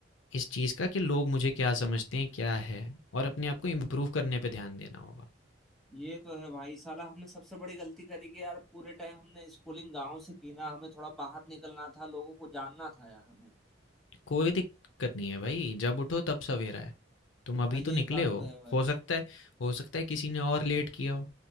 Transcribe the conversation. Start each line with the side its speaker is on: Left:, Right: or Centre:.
Left: इस चीज़ का कि लोग मुझे क्या समझते हैं क्या है और अपने आप को इम्प्रूव करने पे ध्यान देना होगा
Centre: ये तो है भाई साला हमने सबसे बड़ी गलती करी कि यार पूरे टाइम हमने स्कूलिंग गांव से की ना हमें थोड़ा बाहर निकलना था लोगों को जानना था यार हमें
Left: कोई दिक्कत नहीं है भाई, जब उठो तब सवेरा है। तुम अभी
Centre: हाँ ये
Left: तो निकले
Centre: बात
Left: हो,
Centre: तो है भाई
Left: हो सकता है हो सकता है किसी ने और लेट किया हो।